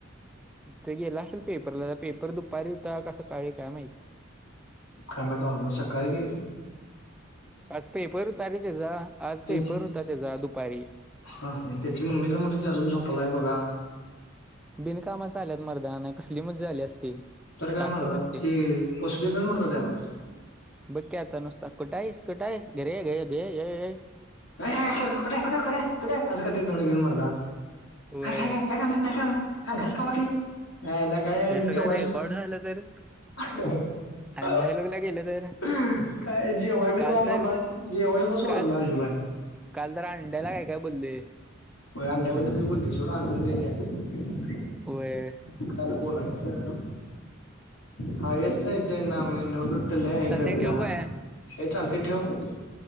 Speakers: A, in the centre; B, on the left.
A: तर गेला असेल पेपरला तर पेपर दुपारी होता का सकाळी काय माहिती.
B: कामा त हमेशा काही क <unintelligible>
A: आज पेपर होता रे त्याचा आज
B: त्यांची
A: पेपर होता त्याचा दुपारी.
B: हा हा त्याची मम्मी तर म्हणत होती अजून झोपलाय बघा.
A: बिनकामा चा आल्यात मर्दा नाहीतर कसली मज्जा आली असती.
B: तर
A: एकटा
B: काय
A: असं
B: मारतात
A: तर
B: ते पशु देतच मारतात त्याला.
A: बघ की आता नुसता, कुठाईस कुठाईस घरे ग ग.
B: ये कुठाय कुठाय कुठाय कुठाय कुठाय असं करतय, तोंड घेऊन मर्दा
A: होय
B: हे काय गं काय काम काम. हा घात कामकीी ह एलाकय
A: हे सगळं
B: जवयसून
A: रेकॉर्ड झालं तर
B: <unintelligible>
A: आणि भायलोकला गेलं तर
B: काय जेवाय बी
A: काल
B: जाव
A: तर
B: म्हणला जेवाय बी सोडत
A: काल
B: नाहीआजी बाहेर.
A: काल तर अंड्याला काय काय बोलले
B: होय अंड्याबदल मी बोलोय सोड, अंड लै हे‌ हाय
A: होय.
B: काय तर बोलायचं हा, <unintelligible> इथं लै
A: चालतंय
B: ग
A: ठेवू
B: या,
A: काय?
B: ये चालतंय ठेव.